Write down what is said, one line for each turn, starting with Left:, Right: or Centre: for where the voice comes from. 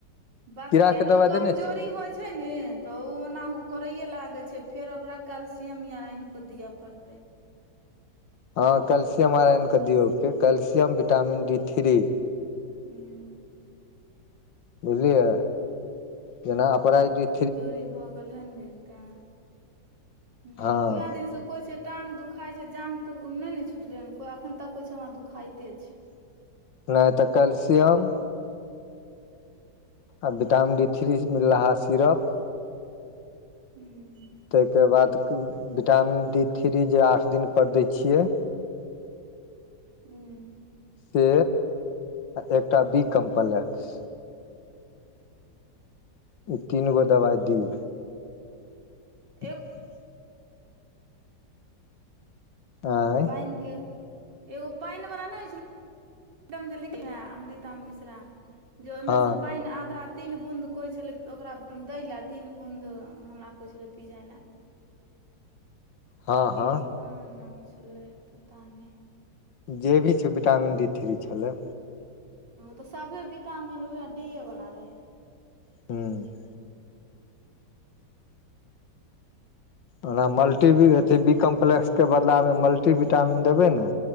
Right: बात
Left: कीड़ा
Right: छै केनियो
Left: के दवा देने
Right: कमजोरी
Left: छी
Right: होइ छै ने तऽ ओ ओना ओ करैये लागय छै, फेर ओकरा कैल्सियम या आइन कऽ दिअ पड़तै।
Left: हँ कैल्सियम आइरनऽआइन क दियौ। Calcium vitamin D three.
Right: हूं।
Left: बुझलियै। जेना अपराग द्वी-
Right: जोरी भऽ गेल हन ने तें।
Left: हँ
Right: उहैऽ दिन स कइ छै टांग दुखाय छै जाग तऽ नय ने छुटले हन कोइ, अखन तक कहै छै हमरा दुखाइते छै।
Left: नय तऽ कैलसियम आ विटामिन डी थ्री मिललाहा सिरप?
Right: हूँ -
Left: तयके बाद विटामिन डी थ्री जे आठ दिनपर दै छियै।
Right: उं।
Left: से एकटा बी कम्प्लेक्स। ई तीन गो दवाइ दियौ। <unintelligible>
Right: एगो
Left: आंय
Right: पाइन के, एग्गो पाइन वाला नै होइ छल् मैडम जे लिखलै, अमृता मिश्रा जे ओहिमेसँ
Left: हँ
Right: पाइन आधा तीन बुंद कोइ छलै ओकरा दै लय, तीन बूँद हमरा कइ छलै पिजै लय।
Left: हँ
Right: ओहि के
Left: हँ
Right: की कहाँ नाम छलै पता नय।
Left: जे भी छै विटामिन डी थ्री छलै।
Right: ओ तऽ सभे विटामिन उएह डीए वला रहै।
Left: <inaudible> ओना मल्टी बी अथी बी कम्प्लेक्स के बदलामे मल्टी विटामिन देबै ने